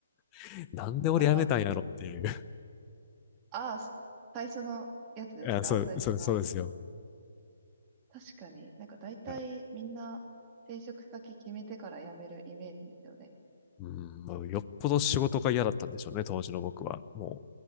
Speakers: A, on the left; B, on the right.
A: <laughs> なんで俺辞めたんやろっていう。
B: また、ああ、す最初のやつですか最初の。
A: <laughs> いや、そう、そう、そうですよ。
B: 確かに、なんか大体みんな転職先決めてから辞めるイメージですよね。
A: いやうん、まあ、よっぽど仕事が嫌だったんでしょうね、当時の僕は。も